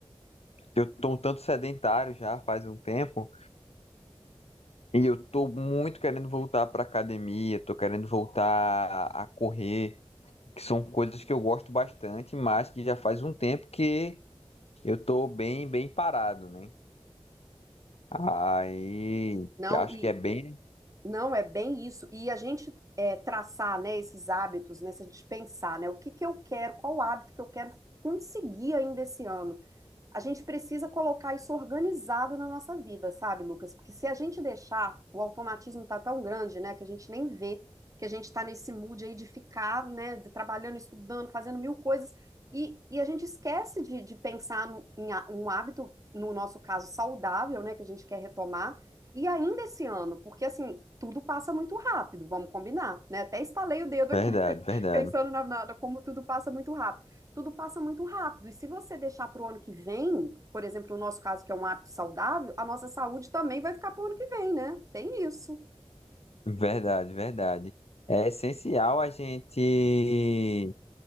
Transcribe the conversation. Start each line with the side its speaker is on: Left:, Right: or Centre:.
Left: eu tô um tanto sedentário já faz um tempo e eu tô muito querendo voltar pra academia, tô querendo voltar a a correr, que são coisas que eu gosto bastante, mas que já faz um tempo que eu tô bem, bem parado, né? Aí,
Right: Não,
Left: acho
Right: e
Left: que é bem
Right: não é bem isso. E a gente é, traçar, né, esses hábitos, né, se a gente pensar, né, o que que eu quero, qual hábito que eu quero conseguir ainda esse ano. a gente precisa colocar isso organizado na nossa vida, sabe, Lucas? Porque se a gente deixar, o automatismo tá tão grande, né, que a gente nem vê que a gente está nesse mood aí de ficar, né, de- trabalhando, estudando, fazendo mil coisas, e, e a gente esquece de, de pensar no- em há- um hábito, no nosso caso, saudável, né, que a gente quer retomar, e ainda esse ano, porque assim, tudo passa muito rápido, vamos combinar, né? Até estalei o dedo
Left: verdade,
Right: aqui
Left: verdade.
Right: Pensando na, na- como tudo passa muito rápido. Tudo passa muito rápido. E se você deixar para o ano que vem, por exemplo, no nosso caso, que é um hábito saudável, a nossa saúde também vai ficar para o ano que vem, né? Tem isso.
Left: Verdade, verdade. É essencial a gente